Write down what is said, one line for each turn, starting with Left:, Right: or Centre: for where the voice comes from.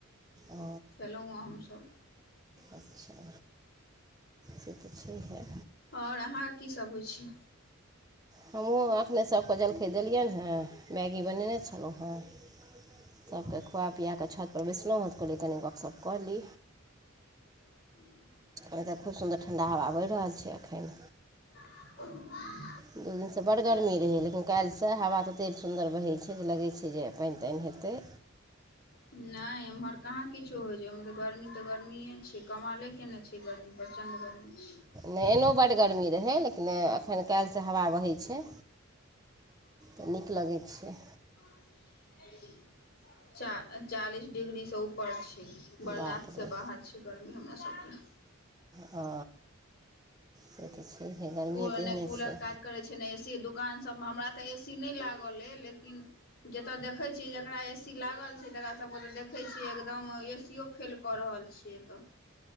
Right: ओ
Left: खेलहुँ हमसभ
Right: अच्छा से तऽ छैहे
Left: आओर अहाँके कीसभ होइ छै
Right: हमहूँ एखने सबके जलखै देलियनि हेँ मैगी बनेने छलहुँ हेँ सभकेँ खुआ पिया कऽ छतपर बैष्लहुँ हा‌ तल्टऽ कली तनि गपशप कयली
Left: ह
Right: एतऽ खूब सुन्दर ठण्डा हवा बहि रहल छै एखन
Left: ह <unintelligible>
Right: दू दिनसँ बड् गरमी रहै लेकिन काल्हिसँ हवा ततेक सुन्दर बहैत छै जे लगै छै जे पाईन ताईन हेतै
Left: नाय एम्हर कहाँ किछो होइ छै ओमे तऽ गर्मी तऽ गर्मीए छै कमाले के नहि छै गर्मी प्रचण्ड गर्मी छै।
Right: नहि एनो बड्ड गरमी रहै लेकिन एखन काल्हिसँ हवा बहैत छै तऽ नीक लगै छै
Left: <unintelligible> चा चालीस डिग्रीसँ ऊपर छै बरदातसँ
Right: बाप रे
Left: बाहर छै गर्मी हमरा सभभके
Right: ह से तऽ छैहे गर्मीए
Left: नहि
Right: तेहने
Left: कूलर
Right: छै
Left: काज करै ए सी दुकान सबमे हमरा तऽ ए सी नहि लागल अ लेकिन जतऽ देख देखै छियै जकरा ए सी लागल छै तकरा सबके तऽ देखै छियै एकदम ए सियो फेल कऽ रहल छि एतऽ